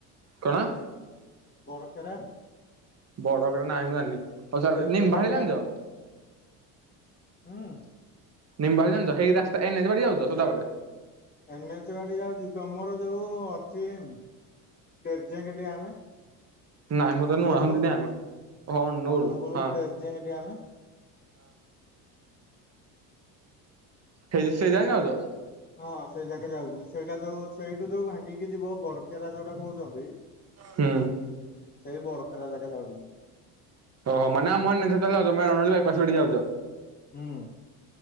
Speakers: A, on the right; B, on the left.
A: କଣ?
B: ବଡ଼କେରା?
A: ବଡକେରା ନାଇଁ ମୁ ଜାଣିନି, ହଉ ଛାଡ଼,
B: ଡେରଜେଙ୍ଗା
A: ନିମବହାଡ଼ ଜାଣିଛ?
B: ହଁ।
A: ନିମ୍ବା ଜାଣିଛ ସେଇ ରାସ୍ତା ଏନ୍ଏଚ ବାଡି ଯାଉଛ ସଦାବେଳେ?
B: ଏନ୍ ଏଚ ବାଟେ ଯାଉଚି, ତମର ଯୋଉ ଅଛି ଟ୍ରେଜେଙ୍ଗ ଡ୍ୟାମ।
A: ନାଇଁ ମୁଁ ତ
B: ଅନୁଗୁଳୁ
A: ନୁଆନ୍ତି ନାଇ ଆମ ହଁ ନୁଡୁ
B: ଅନୁଗୁଳୁ
A: ହଁ।
B: ଡେରଜେଙ୍ଗ ଡ୍ୟାମ
A: ସେଇ ସେଯାଇଁ ଯାଉଚ?
B: ହଁ ସେଇ ଯାକେ ଯାଉଚି। ସେଇଟା ଯୋଉ ସେଇଠୁ ଯୋଉ ଭାଙ୍ଗିକି ଯିବ, ବଡକେରା ଯୋଉଟା କହୁଚନ୍ତି
A: ହୁଁ।
B: ସେଇ ବଡକେରା ଜାକେ ଯାଉଚି ମୁଁ।
A: ଓହୋ <unintelligible> ଯାଉଛ
B: ହୁଁ